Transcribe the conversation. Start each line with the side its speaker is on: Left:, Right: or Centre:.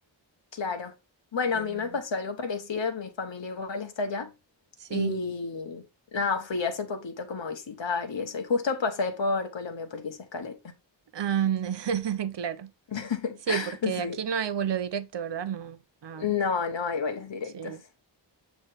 Left: Claro. Bueno,
Right: Eh,
Left: a mí me pasó algo parecido, mi familia igual está allá.
Right: sí,
Left: Y nada, fui hace poquito como a visitar y eso. Y justo pasé por Colombia porque hice escala.
Right: ah, <laughs> claro.
Left: <laughs>
Right: Sí, porque
Left: Sí.
Right: aquí no hay vuelo directo, ¿verdad? No. Ah,
Left: No, no hay vuelos directos.
Right: sí,